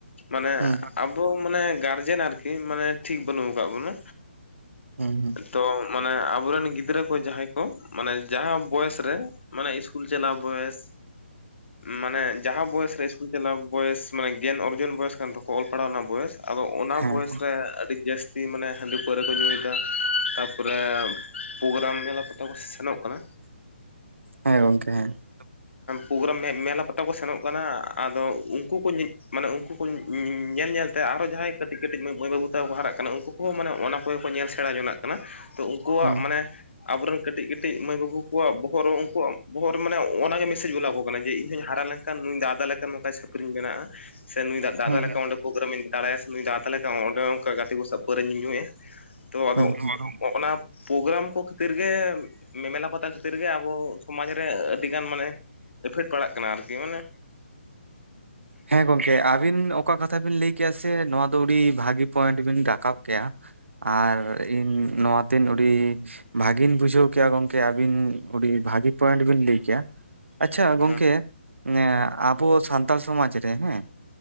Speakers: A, on the left; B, on the right.
A: ᱢᱟᱱᱮ
B: ᱦᱩᱸ
A: ᱟᱵᱚ ᱢᱟᱱᱮ ᱜᱟᱨᱡᱮᱱ ᱟᱨᱠᱤ ᱢᱟᱱᱮ ᱴᱷᱤᱠ ᱵᱟᱱᱩᱜ ᱟᱠᱟᱫ ᱵᱚᱱᱟ᱾
B: ᱦᱩᱸ ᱦᱩᱸ
A: ᱛᱚ ᱢᱟᱱᱮ ᱟᱵᱚᱨᱮᱱ ᱜᱤᱫᱽᱨᱟᱹ ᱠᱚ ᱡᱟᱦᱟᱸᱭ ᱠᱚ, ᱢᱟᱱᱮ ᱡᱟᱦᱟᱸ ᱵᱚᱭᱮᱥ ᱨᱮ ᱢᱟᱱᱮ ᱩᱥ ᱤᱥᱠᱩᱞ ᱪᱞᱟᱣ ᱵᱚᱭᱮᱥ, ᱢᱟᱱᱮ ᱡᱟᱦᱟᱸ ᱵᱚᱭᱮᱥᱨᱮ ᱤᱥᱠᱩᱞ ᱪᱟᱞᱟᱣ ᱵᱚᱭᱮᱥ ᱢᱟᱱᱮ ᱜᱮᱭᱟᱱ ᱚᱨᱡᱚᱱ ᱵᱚᱭᱮᱥ ᱠᱟᱱ ᱛᱟᱠᱚᱣᱟ ᱚᱞ ᱯᱟᱲᱦᱟᱣ ᱨᱮᱱᱟᱜ ᱵᱚᱭᱮᱥ ᱾ ᱟᱫᱚ ᱚᱱᱟ
B: ᱦᱮᱸ
A: ᱵᱚᱭᱮᱥ ᱨᱮ ᱟᱹᱰᱤ ᱡᱟᱹᱥᱛᱤ ᱢᱟᱱᱮ ᱦᱟᱺᱰᱤ ᱯᱟᱹᱣᱨᱟᱹ ᱠᱚ ᱧᱩᱭᱮᱫᱟ ᱾ ᱛᱟᱨᱯᱚᱨᱮ ᱯᱨᱳᱜᱨᱟᱢ ᱢᱮᱞᱟ ᱯᱟᱛᱟ ᱠᱚ ᱥᱮᱱᱚᱜ ᱠᱟᱱᱟ ᱾
B: ᱦᱮᱸ ᱜᱚᱝᱠᱮ ᱦᱮᱸ ᱾
A: ᱯᱨᱳᱜᱨᱟᱢ ᱢᱮᱞᱟ ᱯᱟᱛᱟ ᱠᱚ ᱥᱮᱱᱚᱜ ᱠᱟᱱᱟ ᱟᱫᱚ ᱩᱱᱠᱩ ᱠᱚ ᱢᱟᱱᱮ ᱩᱱᱠᱩ ᱠᱚ ᱧᱮᱞ ᱧᱮᱞᱛᱮ ᱟᱨᱦᱚ ᱡᱟᱦᱟᱸᱭ ᱠᱟᱹᱴᱤᱡ ᱠᱟᱹᱴᱤᱡ ᱢᱟᱹᱭ ᱵᱟᱹᱵᱩ ᱛᱟᱠᱚ ᱦᱟᱨᱟᱜ ᱠᱟᱱᱟ ᱩᱱᱠᱩ ᱠᱚᱦᱚᱸ ᱢᱟᱱᱮ ᱚᱱᱟ ᱠᱚᱜᱮ ᱠᱚ ᱧᱮᱞ ᱥᱮᱬᱟ ᱡᱚᱱᱟᱜ ᱠᱟᱱᱟ ᱾ ᱠᱟᱱᱟ ᱛᱚ ᱩᱱᱠᱩᱣᱟᱜ
B: ᱦᱩᱸ
A: ᱢᱟᱱᱮ ᱟᱵᱚᱨᱮᱱ ᱠᱟᱹᱴᱤᱡ ᱠᱟᱹᱴᱤᱡ ᱢᱟᱹᱭ ᱵᱟᱹᱵᱩ ᱠᱚᱣᱟᱜ ᱵᱚᱦᱚᱜ ᱨᱮ ᱩᱱᱠᱩᱣᱟᱜ, ᱵᱚᱦᱟᱜ ᱨᱮ ᱢᱟᱱᱮ ᱚᱱᱟᱜᱮ ᱱᱤ ᱢᱮᱥᱮᱧ ᱚᱞᱟ ᱠᱟᱱᱟ ᱡᱮ ᱤᱧᱦᱚᱧ ᱦᱟᱨᱟ ᱞᱮᱱᱠᱷᱟᱱ ᱱᱩᱭ ᱫᱟᱫᱟ ᱞᱮᱠᱟ ᱱᱚᱝᱠᱟ ᱥᱟᱹᱠᱨᱤᱧ ᱢᱮᱱᱟᱜᱼᱟ ᱥᱮ ᱱᱩᱭ ᱫᱟᱫᱟ
B: ᱦᱩᱸ
A: ᱞᱮᱠᱟ ᱚᱸᱰᱮ ᱯᱨᱳᱜᱨᱟᱢᱤ ᱫᱟᱲᱟᱭᱟ ᱥᱮ ᱫᱟ ᱛᱟᱞᱮ ᱚᱸᱰᱮ ᱚᱱᱠᱟ ᱜᱟᱛᱮ ᱠᱚ ᱥᱟᱜ ᱯᱟᱹᱨᱟᱹ ᱧᱩᱭᱟ ᱾ ᱛᱚ ᱟᱫᱚ
B: ᱦᱩᱸ
A: ᱚᱱᱟ ᱯᱨᱳᱜᱨᱟᱢ ᱠᱚ ᱠᱷᱟᱹᱛᱤᱨ ᱜᱮ ᱢᱮᱢᱞᱟ ᱯᱟᱛᱟ ᱠᱷᱟᱹᱛᱤᱨ ᱜᱮ ᱟᱵᱚ ᱥᱚᱢᱟᱡᱽ ᱨᱮ ᱟᱹᱰᱤᱜᱟᱱ ᱢᱟᱱᱮ ᱤᱯᱷᱮᱠᱴ ᱯᱟᱲᱟᱜ ᱠᱟᱱᱟ ᱟᱨᱠᱤ ᱢᱟᱱᱮ
B: ᱦᱮᱸ ᱜᱚᱝᱠᱮ ᱟᱹᱵᱤᱱ ᱚᱠᱟ ᱠᱟᱛᱷᱟ ᱵᱤᱱ ᱞᱟᱹᱭ ᱠᱮᱜᱼᱟ ᱥᱮ ᱱᱚᱣᱟ ᱫᱚ ᱟᱹᱰᱤ ᱵᱷᱟᱹᱜᱤ ᱯᱚᱭᱮᱱᱴ ᱵᱤᱱ ᱨᱟᱠᱟᱵ ᱠᱮᱭᱟ ᱾ ᱟᱨ ᱤᱧ ᱱᱚᱣᱟ ᱛᱤᱱ ᱩᱰᱤ ᱵᱷᱟᱹᱜᱤᱧ ᱵᱩᱡᱷᱟᱹᱣ ᱠᱮᱭᱟ ᱜᱚᱝᱠᱮ ᱟᱹᱵᱤᱱ ᱟᱹᱰᱤ ᱵᱷᱟᱹᱜᱤ ᱯᱚᱭᱮᱱᱴ ᱵᱤᱱ ᱞᱟᱹᱭ ᱠᱮᱭᱟ, ᱟᱪᱪᱷᱟ ᱜᱚᱝᱠᱮ
A: ᱦᱮᱸ
B: ᱮᱸ ᱟᱵᱚ ᱥᱟᱱᱛᱟᱲ ᱥᱚᱢᱟᱡᱽ ᱨᱮ ᱦᱮᱸ